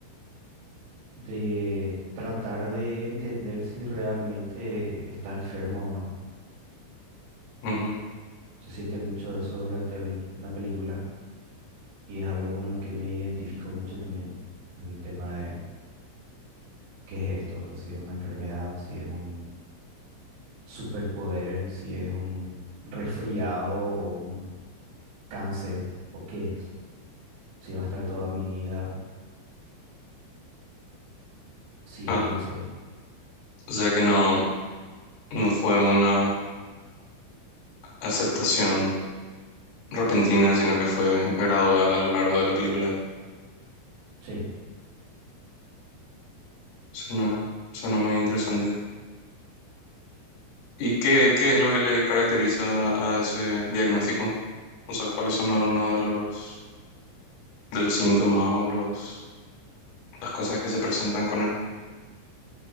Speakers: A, on the right (about 65°); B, on the left (about 85°).
A: de tratar de entender si realmente está enferma o no.
B: Ujú.
A: Se siente mucho eso durante el- la película Y es algo con lo que me identifico mucho también, el tema de qué es esto, si es una enfermedad, si es un superpoder, si es un resfriado o un cáncer, o qué es, si va a estar toda mi vida, si
B: Ah,
A: es quien soy.
B: o sea que no, no fue una aceptación repentina, sino que fue gradual a lo largo de la película.
A: Sí.
B: Suena, suena muy interesante. ¿Y qué, qué es lo que le caracteriza a ese diagnóstico? O sea, ¿cuáles son algunos de los, de los síntomas o los, las cosas que se presentan con él?